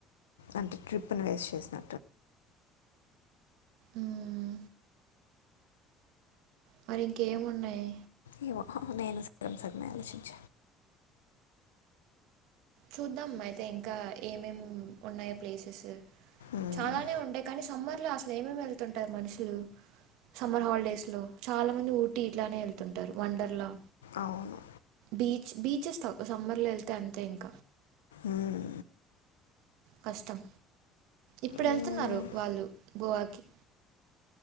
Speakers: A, on the left (about 80°); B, on the right (about 65°).
A: అంటే ట్రిప్ను వేస్ట్ చేసిన
B: ఉమ్ మరి ఇంకేమున్నయి?
A: ఏమో నేను సగమ్ సగమే ఆలోచించ
B: చూద్దాం అయితే ఇంకా ఏమేమ్ ఉన్నాయో ప్లేసెసు
A: మ్మ్.
B: చాలానే ఉంటయి కానీ సమ్మర్ లో అసల్ ఏమేమ్ ఎల్ తుంటరు మనుషులు సమ్మర్ హాల్ డేస్ లో చాలా మంది ఊటి ఇట్లనే ఎల్ తుంటరు వండర్ లా
A: అవును
B: బీచ్ బీచీస్త సమ్మర్ లో ఎల్ తే అంతే ఇంగ్
A: ఉమ్
B: కష్టం ఇప్పుడెళ్తున్నారు
A: మ్మ్.
B: వాళ్ళు గోవాకి